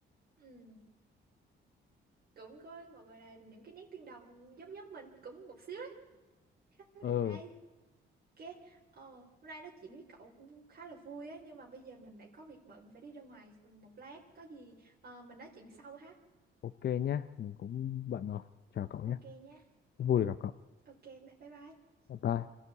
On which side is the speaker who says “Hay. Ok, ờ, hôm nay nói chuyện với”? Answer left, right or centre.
Right